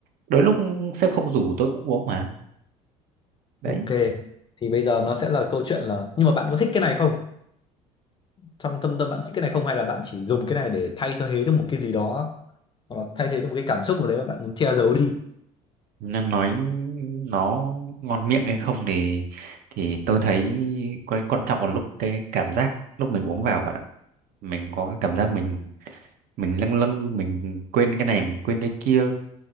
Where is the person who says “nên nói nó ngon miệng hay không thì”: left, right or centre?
Right